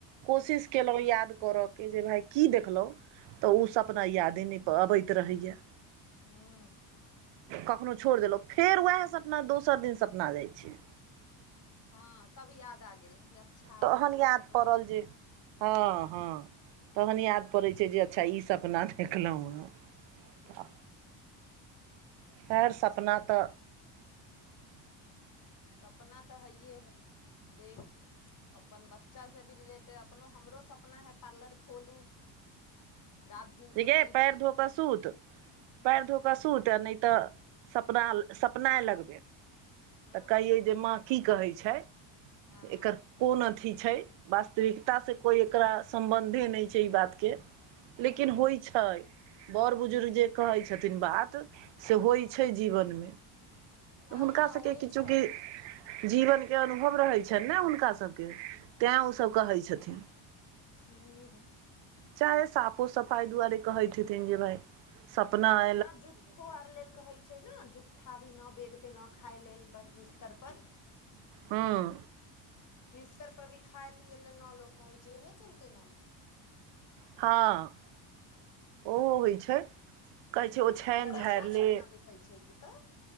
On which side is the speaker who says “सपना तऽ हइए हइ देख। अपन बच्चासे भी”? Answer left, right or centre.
Left